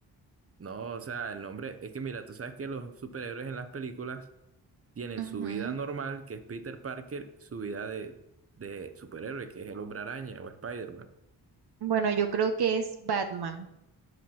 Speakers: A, on the right (about 30°); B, on the right (about 55°).
A: No, o sea, el nombre, es que mira, tú sabes que los superhéroes en las películas tienen
B: Ujú.
A: su vida normal, que es Peter Parker, y su vida de, de superhéroe, que es el Hombre Araña o Spider-Man.
B: Bueno, yo creo que es Batman,